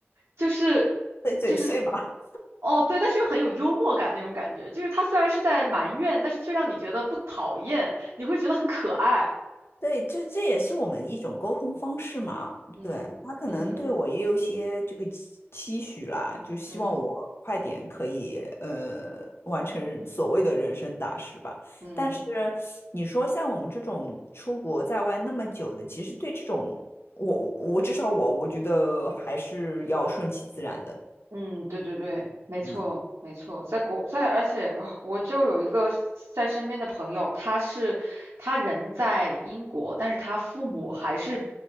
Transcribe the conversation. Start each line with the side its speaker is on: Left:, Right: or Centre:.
Right: 就是就是，
Left: 碎嘴碎嘛。
Right: 哦，对，但是又很有幽默感那种感觉，就是她虽然是在埋怨，但是却让你觉得不讨厌，你会觉得很可爱。
Left: 对，这这也是我们一种沟通方式嘛。
Right: 嗯嗯
Left: 对，他可能对我也有些这个期期许啦，就希望我快点可以呃完成所谓的人生大事吧。
Right: 嗯嗯。
Left: 但是你说像我们这种出国在外那么久的，其实对这种我我至少我我觉得还是要顺其自然的。
Right: 嗯，对对对，没错没错，
Left: 嗯，
Right: 在国在，而且啊我就有一个在身边的朋友，他是他人在英国，但是他父母还是